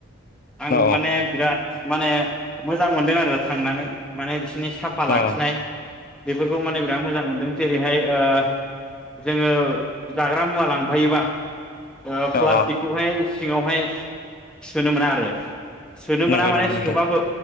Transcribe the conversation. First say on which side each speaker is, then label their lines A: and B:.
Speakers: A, in the centre; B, on the left.
A: आं
B: अ
A: माने बिराद माने मोजां मोनदों आरो थांनानै माने बिस बिनि साफा लाखिनाय
B: अ
A: बेफोरखौ माने बिराद मोजां मोनदों। जेरैहाय ओ जोङो जाग्रा मुवा लांफायोबा ओ फ्लास
B: अ अ
A: ओ सिङावहाय सोनो मोना आरो। सोनो
B: नंगौ
A: मोना माने
B: नंगौ नोंथां
A: सोबाबो